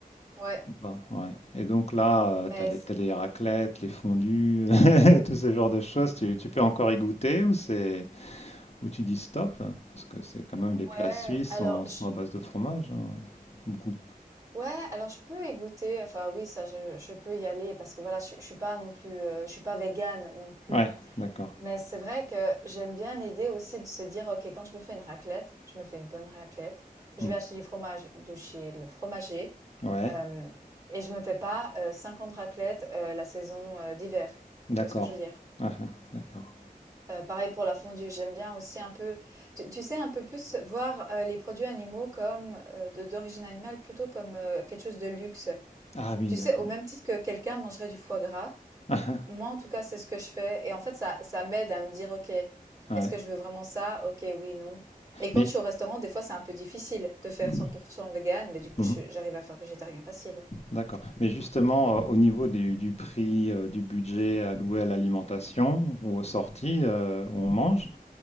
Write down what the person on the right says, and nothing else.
ouais,
mais
c
ouais,
alors
je
ouais, alors je peux y goûter, enfin oui ça je je peux y aller parce que voilà je suis je suis pas non plus, heu, je suis pas végane non plus.
Mais c'est vrai que j'aime bien l'idée aussi de se dire: «OK, quand je me fais une raclette, je me fais une bonne raclette. Je
vais acheter du fromage de chez le fromager,
hem et je me fais pas, heu, 50 raclettes, heu, la saison, heu, d'hiver».
Tu vois ce que je veux dire?
Heu, pareil pour la fondue, j'aime bien aussi un peu tu tu sais, un peu plus voir, heu, les produits animaux comme, heu, de d'origine animale plutôt comme, heu, quelque chose de luxe.
Tu
sais, au même titre que quelqu'un mangerait du foie gras,
moi, en tout cas, c'est ce que je fais. Et en fait, ça, ça m'aide à me dire, OK, est-ce
que je veux vraiment ça? OK, oui, non. Et quand
je suis au restaurant, des fois, c'est un peu difficile de faire
100% vegan, mais du coup,
je- j'arrive à faire végétarien facile.